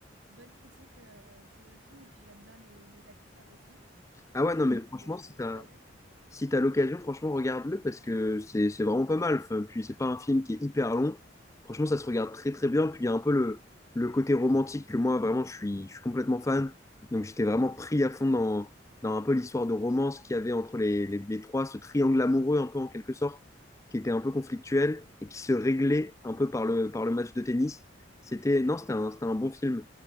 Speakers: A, on the right; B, on the left.
A: bonnes critiques euh, sur le film et puis j'aime bien les, les acteurs aussi.
B: Ah ouais,
A: Mais
B: non, mais
A: euh, du
B: franchement,
A: coup, ouais, je pense
B: si
A: que
B: t'as-
A: je le regarderai.
B: si tu as l'occasion, franchement, regarde-le parce que c'est c'est vraiment pas mal. Enfin, puis, c'est pas un film qui est hyper long. Franchement, ça se regarde très, très bien. Puis, il y a un peu le, le côté romantique que moi, vraiment, je suis, je suis complètement fan. Donc, j'étais vraiment pris à fond dans, dans un peu l'histoire de romance qu'il y avait entre les, les, les trois, ce triangle amoureux, un peu en quelque sorte, qui était un peu conflictuel et qui se réglait un peu par le, par le match de tennis. C'était, non, c'était un, c'était un bon film.